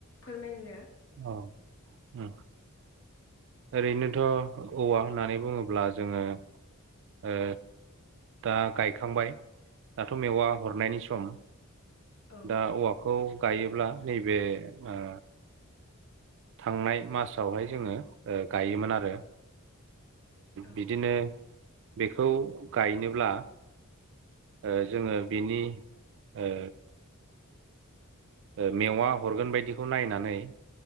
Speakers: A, on the left; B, on the right.
A: फोरमायनो।
B: औ उम ओरैनोथ' औवा होननानै बुङोब्ला जोङो उ दा गायखांबाय दाथ' मेवा हरनायनि सम
A: औ
B: दा औवाखौ गायोब्ला नैबे अ थांनाय मासावहाय जोङो गायोमोन आरो
A: औ
B: बिदिनो बेखौ गायनोब्ला अ जोङो बिनि अ अ मेवा हरगोन बायदिखौ नायनानै